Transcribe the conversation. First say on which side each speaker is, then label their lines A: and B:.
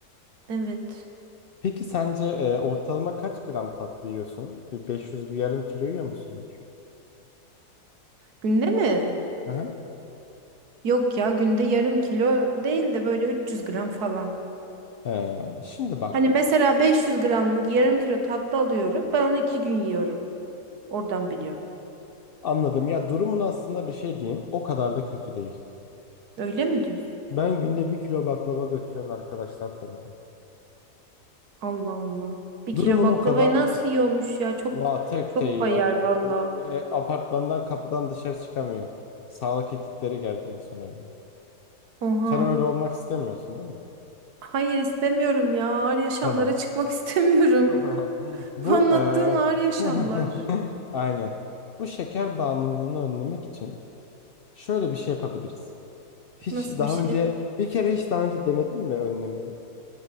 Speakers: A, on the right (about 70°); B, on the left (about 80°).
A: Evet.
B: Peki sence e, ortalama kaç gram tatlı yiyorsun? Bir 500 yarım kilo yiyor musundur?
A: Günde mi?
B: Aha.
A: Yok ya günde yarım kilo değil de böyle 300 gram falan.
B: Ee, şimdi bak
A: Hani mesela 500 gramlık yarım kilo tatlı alıyorum. Ben onu iki gün yiyorum. Oradan biliyorum.
B: anladım ya durumun aslında bir şey diyeyim o kadar da kötü değil.
A: Öyle mi diyorsun?
B: Ben günde bir kilo baklava götüren arkadaşlar tanıdım.
A: Allah Allah. Bir kilo
B: Durumun
A: baklavayı
B: o kadar
A: nasıl yiyormuş ya? Çok
B: va tek
A: çok
B: te yiyor.
A: bayar valla.
B: E, apartmandan kapıdan dışarı çıkamıyor. Sağlık ekipleri geldi en son evine.
A: Oha.
B: Sen öyle olmak istemiyorsun değil mi?
A: Hayır istemiyorum ya. Ağır yaşamlara
B: Tamam.
A: çıkmak <laughs> istemiyorum.
B: <laughs> Bu
A: Bu anlattığın
B: eee,
A: ağır yaşamlar.
B: <laughs> aynen. Bu şeker bağımlılığını önlemek için şöyle bir şey yapabiliriz. Hiç
A: Nasıl
B: daha
A: bir şey?
B: önce bir kere hiç daha önce denedin mi önlemeyi?